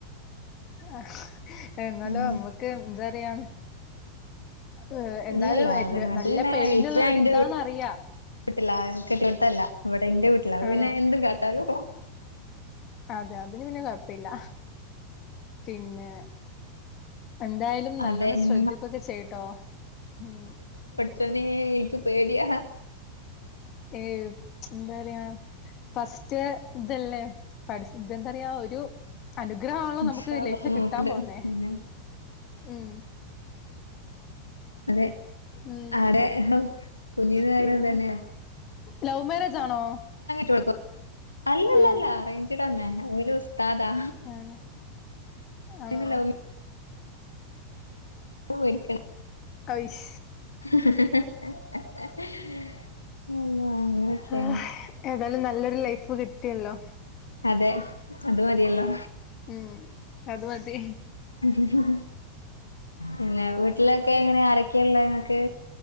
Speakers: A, on the left (about 35°); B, on the left (about 80°).
A: ആഹ് എന്നാലും
B: ഉം
A: നമ്മക്ക് എന്താ പറിയാ ഏഹ് എന്താലും
B: ഇല്ലല്ല
A: എൻ
B: അത് അത്
A: നല്ല
B: പിന്നെ
A: പെയിനുള്ള
B: ഇപ്പ ഞാൻ
A: ഒരു
B: എന്റെ
A: ഇതാന്ന് അറിയാം
B: വീട്ടിലാ കെട്ടിയോടത്ത് അല്ല ഇവിടെ ഇന്റെ വീട്ടിലാ അപ്പ
A: ആണോ
B: പിന്നെ എന്തും കാട്ടാലോ
A: അതെ അതിന് പിന്നെ കൊഴപ്പയില്ല പിന്നെ എന്തായാലും നല്ലോണ്ണം
B: അതെ
A: ശ്രദ്ധിക്കൊക്കെ
B: ഉം
A: ചെയ്യ്ട്ടോ ഉം
B: ച്ചോനെ എനിക്ക് പേടിയാ
A: ഏഹ് എന്താ പറയാ ഫസ്റ്റ് റ്റ് ഇതല്ലേ പട ഇതെന്താ പറയാ ഒരു അനുഗ്രഹം ആണല്ലോ
B: ഇൻഷാ
A: നമുക്ക്
B: അള്ളാ
A: ലൈഫില്
B: ഒക്കെ നോക്ക്ണ്ട്
A: കിട്ടാൻ പോന്നേ
B: പിന്നെ
A: ഉം
B: അതെ
A: ഉം
B: അടെ കുഞ്ഞ നാളില്
A: പിന്നെ
B: തന്നെയ
A: ലവ് മാരേജ് ആണോ
B: കൊടുക്ക അല്ലല്ലല്ല
A: ഉം
B: അറേഞ്ച്ട തന്നെ ഒരു ഉസ്താദാ
A: ആഹ് ആണോ
B: പിന്നെ ലൗ <inaudible>
A: അഐശ
B: ഹ ഹ ഹ അങ്ങനെനെ
A: ആഹ് ഏതായാലും നല്ലൊരു ലൈഫ് കിട്ടിയല്ലോ
B: അതെ അത് മതിയല്ലോ
A: ഉം അത് മതി
B: ഉം ഹ പിന്നെ വീട്ടിലക്കെ എങ്ങനെ അരൊക്കെയള്ള ങ്ങക്ക്